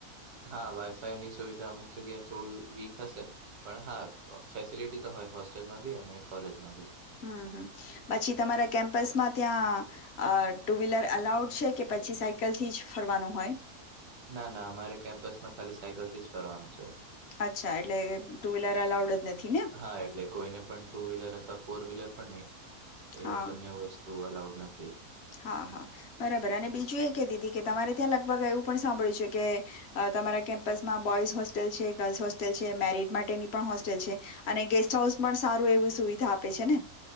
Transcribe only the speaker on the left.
હમ હમ પછી તમારા કેમ્પસમાં ત્યાં ટુ વ્હીલર છે કે, પછી સાયકલથી જ ફરવાનું હોય.
અચ્છા એટલે ટુ વ્હીલર અલાઉડ જ નથી ને
હા
હા હા બરાબર અને બીજું એ કતી હતી કે, તમારે ત્યાં લગભગ એવું પણ સાંભળ્યું છે કે તમારા કેમ્પસમાં બોઈઝ હોસ્ટેલ છે, ગર્લ્સ હોસ્ટેલ છે, મેરિડ માટેની પણ હોસ્ટેલ છે. અને ગેસ્ટ હાઉસ પણ સારું એવી સુવિધા આપે છે ને?